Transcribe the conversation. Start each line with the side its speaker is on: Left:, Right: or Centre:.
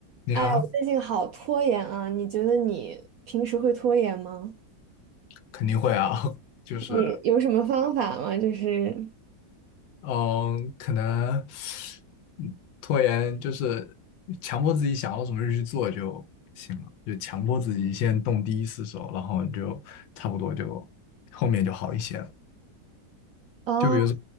Left: 你啊，
Right: 哎呀，我最近好拖延啊！你觉得你平时会拖延吗？
Left: 肯定会啊，<laughs> 就是
Right: 你有什么方法吗？就是，
Left: 嗯，可能嗯拖延就是强迫自己想要什么就去做就行了，就强迫自己先动第一次手，然后你就差不多就后面就好一些了。
Right: 哦，
Left: 就比如说，